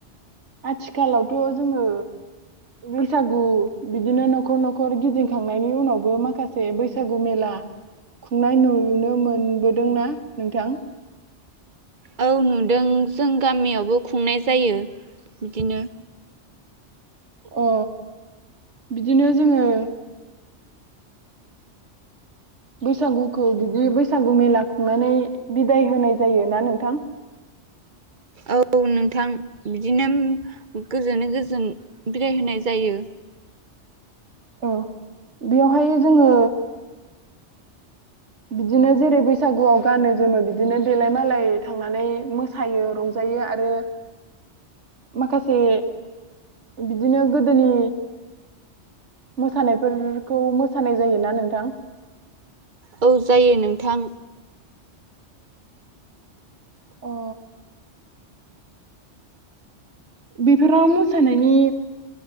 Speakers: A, on the right; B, on the right.
A: आथिखालावथ' जोंङो बैसागु बिदिनो न'खर न'खर गिदिंखांनायनि उनावबो माखासे बैसागु मेला खुंनाय नुनो मोनबोदोंना नोंथां
B: औ नुदों जों गामियावबो खुंनाय जायो बिदिनो
A: अ बिदिनो जोंङो बैसागुखौ बिदि बैसागु मेला खुंनानै बिदाय होनाय जायो ना नोंथां
B: औ नोंथां बिदिनो गोजोनै गोजोन बिदाय होनाय जायो।
A: औ बेवहाय जोंङो बिदिनो जेरै बैसागुआव गानो जोमो बिदिनो देलाय मालाय थांनानै मोसायो रंजायो आरो माखासे बिदिनो गोदोनि मोसानायफोरखौ मोसानाय जायोना नोंथां
B: औ जायो नोंथां
A: अ बेफोराव मोसानायनि